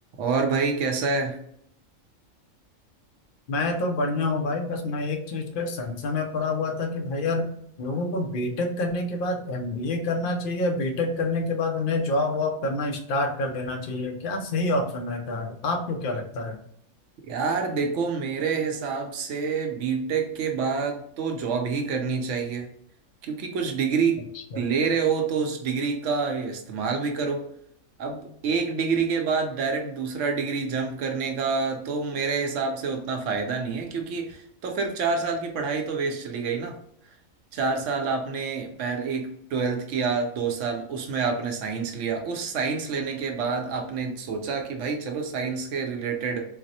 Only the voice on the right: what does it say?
और भाई कैसा है
यार देखो मेरे हिसाब से बीटेक के बाद तो जॉब ही करनी चाहिए क्योंकि कुछ डिग्री
ले रहे हो तो उस डिग्री का ये इस्तेमाल भी करो अब एक डिग्री के बाद डायरेक्ट दूसरा डिग्री जंप करने का तो मेरे हिसाब से उतना फायदा नहीं है क्योंकि तो फिर चार साल की पढ़ाई तो वेस्ट चली गई ना चार साल आपने पहले एक ट्वेल्थ किया दो साल उसमें आपने साइंस लिया उस साइंस लेने के बाद आपने सोचा कि भाई चलो साइंस के रिलेटेड